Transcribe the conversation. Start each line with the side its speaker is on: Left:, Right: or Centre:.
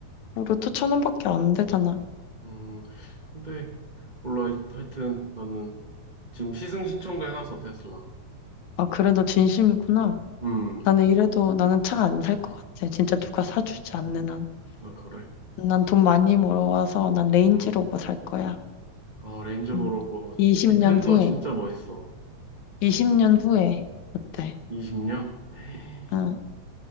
Left: 어, 로또 천 원밖에 안 되잖아.
Right: 음, 근데 몰라 하여튼 나는 지금 시승 신청도 해놨어 테슬라.
Left: 아, 그래, 너 진심이구나.
Right: 음,
Left: 나는 이래도 나는 차 안 살 것 같아. 진짜 누가 사주지 않는 한.
Right: 아 그래.
Left: 난 돈 많이 벌어와서 난 레인지
Right: 음.
Left: 로버 살 거야.
Right: 아 레인지보로
Left: 응.
Right: 뭐 진짜
Left: 20년
Right: 디펜더
Left: 후에.
Right: 진짜 멋있어.
Left: 20년 후에. 어때?
Right: 20년? <gasps>
Left: 응.